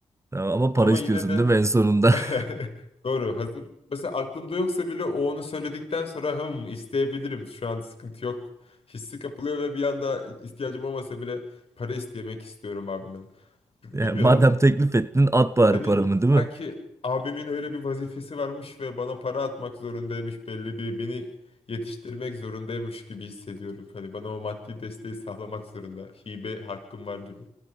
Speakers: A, on the right (about 20°); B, on the left (about 45°).
A: Tamam, Ama para
B: Ama
A: istiyorsun
B: yine de
A: değil mi en sonunda?
B: <laughs>
A: <laughs>
B: Doğru. Hazır. Mesela aklımda yoksa bile o onu söyledikten sonra hım isteyebilirim. Şu an sıkıntı yok. Hissi kapılıyor ve bir anda ihtiyacım olmasa bile para istemek istiyorum abimden. B-
A: Yani
B: Bilmiyorum.
A: madem teklif ettin at bari
B: Hani
A: paramı değil
B: sanki
A: mi?
B: abimin öyle bir vazifesi varmış ve bana para atmak zorundaymış belli bir beni yetiştirmek zorundaymış gibi hissediyorum. Hani bana o maddi desteği sağlamak zorunda. Hibe hakkım var gibi.